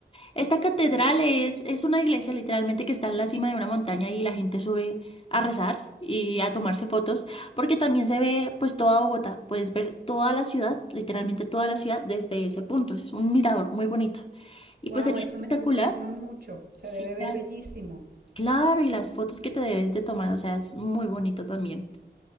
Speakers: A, on the left; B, on the right.
A: Esta catedral es, es una iglesia literalmente que está en la cima de una montaña y la gente sube a rezar y a tomarse fotos, porque también se ve pues toda Bogotá, puedes ver toda la ciudad, literalmente toda la ciudad desde ese punto, es un mirador muy bonito y
B: Wow,
A: pues sería
B: eso
A: espectacular.
B: me entusiasma mucho. Se
A: Sí,
B: debe ver
A: claro.
B: bellísimo.
A: Claro, y las fotos que te debes de tomar, o sea, es muy bonito también.